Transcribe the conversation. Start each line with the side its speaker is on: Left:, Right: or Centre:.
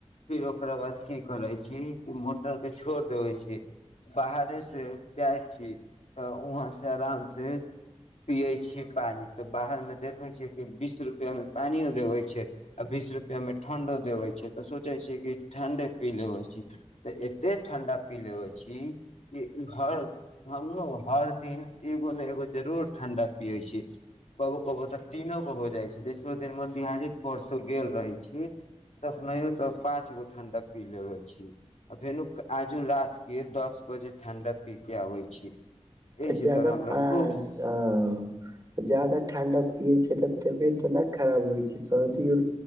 Left: फिर ओकरा बाद की करै छी कि मोटरके छोड़ि देबै छी बाहरेसँ जाइ छी तऽ वहाँ से आराम से पियै छी पानि तऽ बाहरमे देखै छियै कि बीस रुपैआमे पानियो देबै छै आ बीस रुपैआमे ठण्डो देबै छै तऽ सोचै छियै कि ठण्डे पी लेबइ छी तऽ एते ठण्डा पी लेबइ छी कि हर हमरो हर दिन एगो ने एगो जरूर ठण्डा पियै छी कबो कबहु तऽ तीनो गो हो जाइ छै बिसो देिन मोतिहारी परसू गेल रहै छी तखनहिो तऽ पाँच गो ठण्डा पी लेबै छी आ फेरो आजू रातिके दस बजे ठण्डा पी कऽ आबै छी
Right: तऽ
Left: एहि
Right: जायदा
Left: तरह हमरा
Right: पास
Left: खूब
Right: आउ ज्यादा ठाण्डा पीए छै त तऽबियत न खराब होइ छै सर्दीर उर